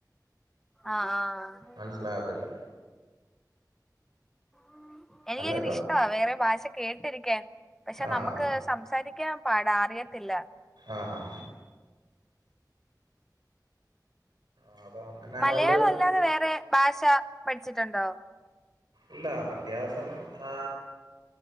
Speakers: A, in the centre; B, on the right.
A: ആഹ് ആഹ് ആഹ്
B: മനസ്സിലാകത്തില്ല
A: ഉ <inaudible> എനിക്ക്
B: അല്ല
A: അങ്ങനെ
B: ഇപ്പം
A: ഇഷ്ടമാ വേറെ ഭാഷ കേട്ടിരിക്കാൻ പക്ഷെ
B: ആഹ്
A: നമുക്ക് സംസാരിക്കാൻ പാടാ അറിയ ഇല്ല
B: ആഹ് ആഹ് അപ്പൊ അങ്ങനെ
A: മലയാളം
B: ആയോണ്ട്
A: അല്ലാതെ വേറെ ഭാഷ പഠിച്ചിട്ടുണ്ടോ
B: ഇല്ല അത്യാവശ്യം ആ